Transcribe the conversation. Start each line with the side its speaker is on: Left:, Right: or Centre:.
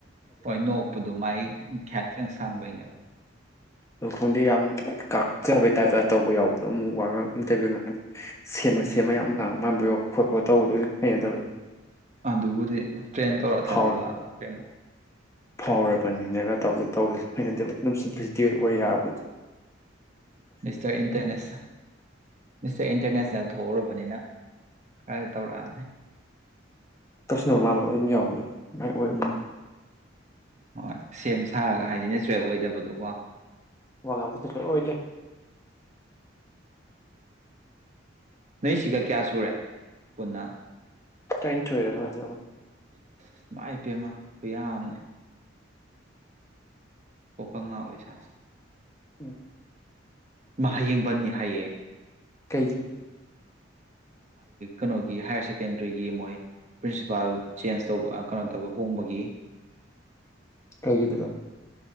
Right: ꯍꯣꯏ ꯅꯣꯛꯄꯗꯣ ꯃꯥꯏ ꯈꯌꯥꯠ ꯈꯤꯇꯪ ꯁꯥꯡꯕꯩꯅꯦꯕ
Left: ꯑꯗ ꯈꯣꯡꯗꯤꯦ ꯌꯥꯝ ꯀꯥꯛꯆꯕꯩꯇꯥꯥ ꯇꯧꯕ ꯌꯥꯎꯕꯗꯣ ꯑꯃꯨꯛ ꯋꯥ ꯏꯟꯇꯔꯚꯤꯌꯨ ꯉ ꯁꯦꯝꯃ
Right: ꯎꯝ
Left: ꯁꯦꯝꯃ ꯌꯥꯝ ꯉꯥꯡꯕ ꯄꯨꯌꯣ ꯈꯣꯠꯄ ꯇꯧꯕꯗꯣ ꯑꯗꯨꯝ ꯍꯩꯅ ꯇꯧꯦ
Right: ꯑꯗꯨꯕꯨꯗꯤ ꯇ꯭ꯔꯦꯟ ꯇꯧꯔ ꯊꯥꯗꯣꯛꯂꯛꯑꯕ
Left: ꯐꯥꯎꯔ
Right: ꯀꯩꯅꯣ
Left: ꯐꯥꯎꯔꯕꯅꯤꯅꯒ ꯇꯧꯗ ꯇꯧꯋꯣ ꯍꯩꯟꯗꯕ ꯑꯗꯨꯝꯄ꯭ꯂꯤꯁꯤꯇꯤ ꯑꯣꯏ ꯑꯣꯏ ꯌꯥꯕꯗꯤ
Right: ꯃꯤꯁꯇꯔ ꯏꯟꯇꯔꯅꯦꯁ ꯃꯤꯁꯇꯔ ꯏꯟꯇꯔꯅꯦꯁꯅꯦꯜ ꯊꯣꯛꯎꯔꯕꯅꯤꯅ ꯀ ꯇꯧꯔꯛꯅꯦ
Left: ꯇꯁꯕ ꯃꯥꯥꯟꯕ ꯑꯃ ꯑꯗꯨꯝ ꯌꯥꯎꯕꯗꯣ ꯃꯥꯏ ꯑꯣꯏꯕ
Right: ꯎꯝ ꯍꯣꯏ ꯁꯦꯝ ꯁꯥꯔꯒ ꯍꯥꯏꯗꯤ ꯅꯦꯆꯔꯦꯜ ꯑꯣꯏꯗꯕꯗꯣꯀꯣ
Left: ꯋꯥ ꯉꯥꯡꯕꯁꯤ ꯁ ꯑꯣꯏꯗꯦ
Right: ꯅꯣꯏꯁꯤꯒ ꯀꯌꯥ ꯁꯨꯔꯦ ꯄꯨꯟꯅ
Left: ꯇꯥꯏꯦꯟ ꯇ ꯑꯣꯏꯔꯣꯣꯏ
Right: ꯏ ꯏ ꯄꯦꯝꯃ ꯑꯩꯈꯣꯏ ꯌꯥꯝꯅꯦ ꯀꯣꯀ ꯉ ꯑꯣꯏꯁ
Left: ꯎꯝ
Right: ꯃꯥ ꯍꯌꯦꯡꯕꯟꯅꯤ ꯍꯥꯏꯌꯦ
Left: ꯀꯩꯒꯤ
Right: ꯀꯩꯅꯣꯒꯤ ꯍꯥꯏꯌꯔ ꯁꯦꯀꯦꯟꯗꯔꯤꯒꯤ ꯃꯣꯏ ꯄ꯭ꯔꯤꯟꯁꯤꯄꯥꯜ ꯆꯦꯟꯖ ꯇꯧꯕ ꯀꯩꯅꯣ ꯇꯧꯕ ꯍꯣꯡꯕꯒꯤ
Left: ꯀꯥꯏꯒꯤꯗꯒ